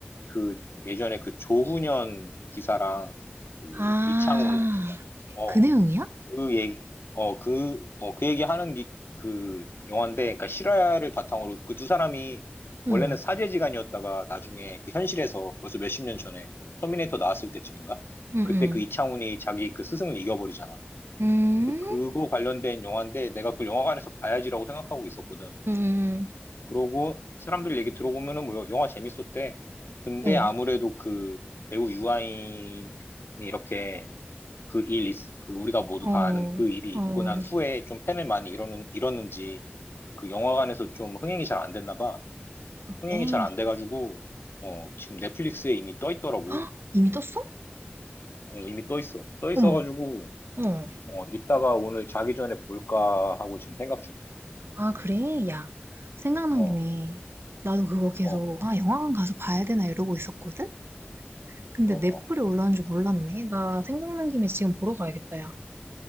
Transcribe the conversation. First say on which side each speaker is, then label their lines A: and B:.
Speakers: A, on the left (about 70°); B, on the right (about 75°).
A: 그 예전에 그 조훈현 기사랑 그
B: 아,
A: 이창호 기사. 어,
B: 그 내용이야?
A: 그 얘기, 어, 그, 어, 그 얘기 하는 기- 그 영화인데, 그러니까 실화를 바탕으로 그 두 사람이
B: 응,
A: 원래는 사제지간이었다가 나중에 그 현실에서 벌써 몇십 년 전에 터미네이터 나왔을 때쯤인가?
B: 응,
A: 그때
B: 응.
A: 그 이창훈이 자기 그 스승을 이겨버리잖아.
B: 음,
A: 또 그거 관련된 영화인데 내가 그걸 영화관에서 봐야지라고 생각하고 있었거든.
B: 응, 응,
A: 그러고 사람들 얘기 들어보면은 뭐 영화 재밌었대. 근데
B: 응.
A: 아무래도 그 배우 유아인이 이렇게 그 일, 있- 그 우리가 모두
B: 어,
A: 다 아는 그 일이
B: 어,
A: 있고 난 후에 좀 팬을 많이 잃었는, 잃었는지 그 영화관에서 좀 흥행이 잘 안 됐나 봐.
B: 그래.
A: 흥행이 잘 안
B: <gasps>
A: 돼가지고, 어, 지금 넷플릭스에 이미 떠 있더라고.
B: 헉, 이미 떴어?
A: 어, 이미 떠 있어. 떠 있어가지고,
B: 어머, 어.
A: 어, 이따가 오늘 자기 전에 볼까 하고 지금 생각 중이야.
B: 아, 그래? 야, 생각난
A: 어,
B: 김에 나도 그거 계속
A: 어,
B: 아, 영화관 가서 봐야 되나 이러고 있었거든? 근데
A: 어,
B: 넷플에
A: 어.
B: 올라온 줄 몰랐네. 나 생각난 김에 지금 보러 가야겠다, 야.